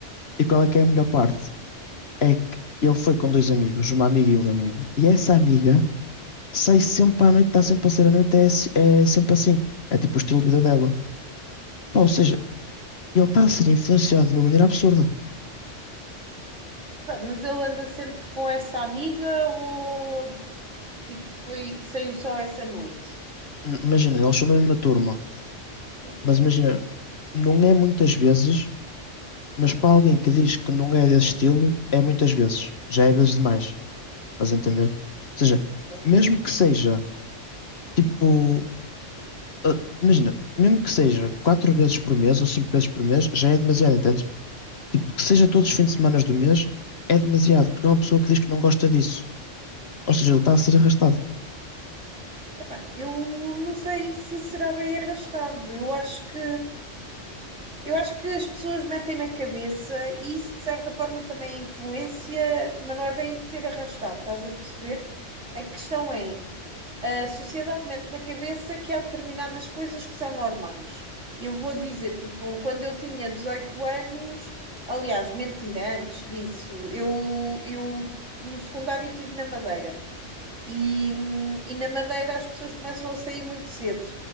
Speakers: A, on the left; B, on the right.
A: E qual é que é a melhor parte? É que ele foi com dois amigos, uma amiga e um amigo, e essa amiga sai sempre à noite, está sempre a sair à noite, é, se- é sempre assim. É tipo o estilo de vida dela. Pá, ou seja, ele está a ser influenciado de uma maneira absurda.
B: Epá, mas ele anda sempre com essa amiga ou tipo foi, saiu só essa noite?
A: N- Imagina, eles são da mesma turma,
B: Ok,
A: mas imagina, não é muitas vezes, mas para alguém que diz que não é desse estilo, é muitas vezes. Já é vezes demais. Estás a entender? Ou seja,
B: ok.
A: mesmo que seja. Tipo, ah, imagina, mesmo que seja quatro vezes por mês ou cinco vezes por mês, já é demasiado, entendes? Tipo, que seja todos os fins de semana do mês, é demasiado, porque é uma pessoa que diz que não gosta disso. Ou seja, ele está a ser arrastado.
B: Epá, eu não sei se será bem arrastado. Eu acho que eu acho que as pessoas metem na cabeça e isso de certa forma também é influência, mas não é bem ser arrastado, estás a perceber? A questão é a sociedade mete na cabeça que há determinadas coisas que são normais. Eu vou dizer, tipo, quando eu tinha 18 anos, aliás, mentira, antes disso, eu, eu no secundário estive na Madeira. E, hum, e na Madeira as pessoas começam a sair muito cedo.